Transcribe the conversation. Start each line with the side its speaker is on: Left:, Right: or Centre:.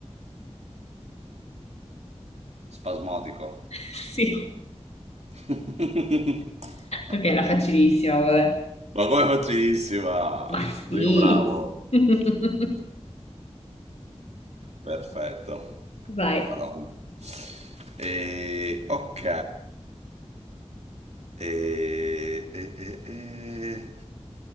Right: Spasmodico.
Left: <laughs> sì.
Right: <laughs>
Left: Ok, era facilissimo, vabbè.
Right: Ma come facilissima! Sono
Left: Ma
Right: stato
Left: sì.
Right: io bravo.
Left: <laughs>
Right: Perfetto.
Left: Vai.
Right: Madonna. E ok. E, e, e, e